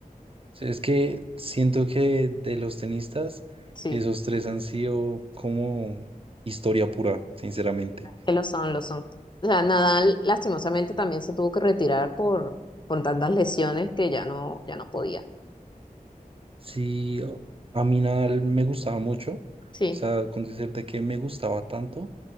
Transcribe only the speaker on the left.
Sí.
Que lo son, lo son. O sea, Nadal lastimosamente también se tuvo que retirar por, por tantas lesiones que ya no, ya no podía.
Sí.